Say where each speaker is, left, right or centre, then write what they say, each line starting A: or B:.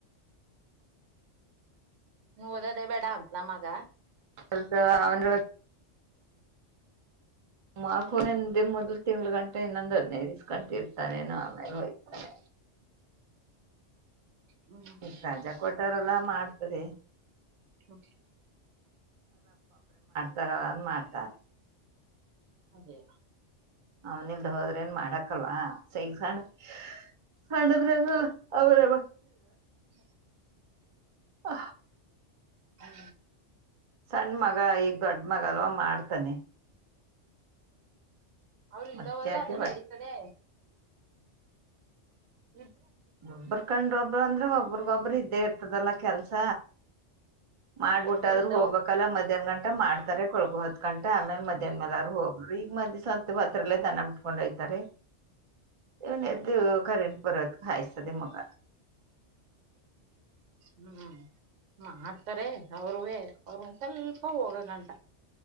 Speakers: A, on the right; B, on the right.
A: ನೋದದೇ ಬೇಡ ಅಂತ ನ ಮಗ
B: ಲ್ತಾವ ಅವಂದ ಮಕುನಂದ ದ ಮೊದಲು ತಿಂಗ್ಳ ಗಂಟೆ ಇನ್ನೊಂದು ಹದ್ನೇಸ್ಕೊಂಡ ಇರ್ತಾನೇನ ಆಮೇಲೆ ಹೋಯ್ತಾನೆ
A: ಹ್ಮ್
B: ರಜಾ ಕೊಟ್ಟಾರಲ್ಲಾ ಮಾಡ್ತರಿ
A: ಹ್ಮ
B: ತರ ಮಾಡ್ತಾರೆ
A: ಅದೇ
B: ಅವ್ನಲ್ದ ಹೋದ್ರ ಏನ್ ಮಾಡಕಲ್ವಾ ಸೈಗ ಸಣ್ಣ ಸದ್ರ್ರ
A: ಹ್ಮ್
B: ಹ
A: ಹ್ಮ
B: ಸಣ್ಣ ಮಗ ಐ ದಡ್ ಅ್ಮಾಗಲ್ವ ಮಾಡ್ತಾನೆ
A: ಅವ್ರ ಇಲ್ದ
B: ಅದ್ಕ
A: ಹೋದ್ರೆ
B: ಯಾಕೆ
A: ಅದನ್ನ
B: ಒಟ್
A: ನಡೀತದೆ ಹ್ಮ
B: ಹಬ್ಬರ್ಕಂಡ್ರ ಒಬ್ರು ಅಂದ್ರೆ ಒಬ್ರಗೊಬ್ರು ಇದ್ದೇ ಇರ್ತದಲ್ಲ ಕೆಲ್ಸ ಮಾಡ್ಬಿಟ್ಟ
A: ಒಬ್ರಿಲ್ದ
B: ಆದ್ರೂ ಹೋಗಬೇಕಲ್ಲ ಮಧ್ಯಾಹ್ನ ಗಂಟ ಂಟ ಮಾಡ್ತಾರೆ ಕೊಳಗು ಹೊತ್ ಕಂಟೆ ಆಮೇಲೆ ಮಧ್ಯಾಹನ್ ಮೇಲ ಅವರು ಹೋಗರು ಈಗ ಮದ್ ಸ್ವಂತ ಹತ್ರಲ್ಲೇ ದನ ಬಿಟ್ಕೊಂಡ್ ಹಯತಾರೆ ಇವನ ಎದ್ದು ಕರೆಂಟ್ ಬರೋದ ಹಾಯ್ತದೆ ಮಗ
A: ಹ್ಮ್ ಮಾಡ್ತಾರೆ ಅವರುೇ ಅವರು ಒಂದ ಸ್ವಲ್ಪ ಹೋಗಂಗಂಟ